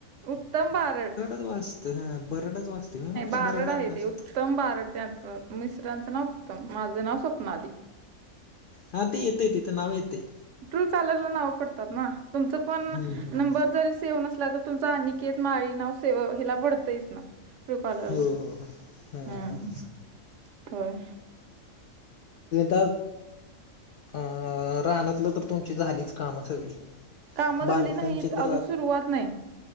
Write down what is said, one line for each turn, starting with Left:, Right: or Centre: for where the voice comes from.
Right: उत्तम भारत
Left: वाचत बरडच वाचते मी म्हणलं
Right: बारड
Left: बरडाच.
Right: आहे ते उत्तम बारड त्यांचं मिस्रांचं नाव उत्तम माझं नाव स्वप्नाली.
Left: हा ती येतय तिथं नाव येतंय.
Right: ट्रू कलरला नाव पडतात ना तुमचा पण
Left: हम्म हम्म
Right: नंबर जरी सेव्ह नसला तर. तुमचा अनिकेत माळी नाव सेव हिला पडतेयच ना. ट्रू कॉलर
Left: हो
Right: ला
Left: हो हो हा
Right: हम्म होय.
Left: ता अ <unintelligible> रानातलं तर तुमची झालीच कामाच्या वेळी
Right: कामं
Left: <unintelligible> बांधकामचित्र्रात
Right: झाली नाहीत अजून सुरुवात नाही